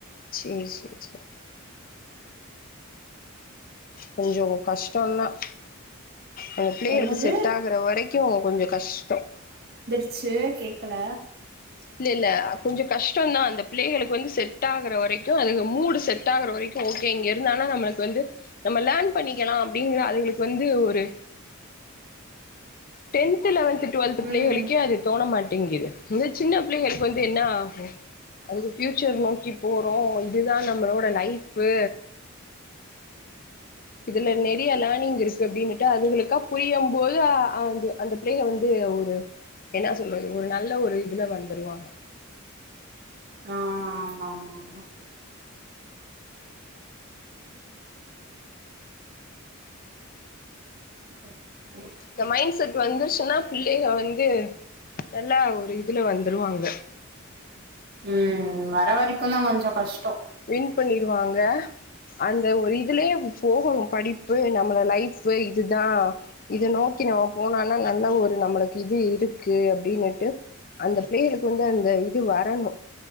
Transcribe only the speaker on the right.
என்னது
ச்சு கேக்கல
ம்
ஆஹ் ஆமா ஆமா ஆமா சரி செரி
உம் வர வரைக்கும் க்கு தான் கொஞ்சம் கஷ்டம்